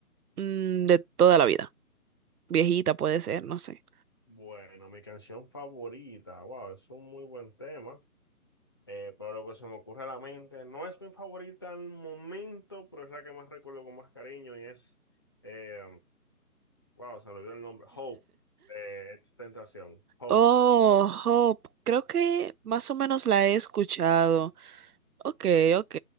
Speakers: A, on the right; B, on the left.
A: Mm, de toda la vida. Viejita puede ser, no sé.
B: Bueno, mi canción favorita, wow, es un muy buen tema, eh, pero lo que se me ocurre a la mente, no es mi favorita al momento, pero es la que más recuerdo con más cariño y es, eh, wow, se me olvidó el nombre, Hope, de Tentación, Hope.
A: Oh, Hope. Creo que más o menos la he escuchado. Ok, ok,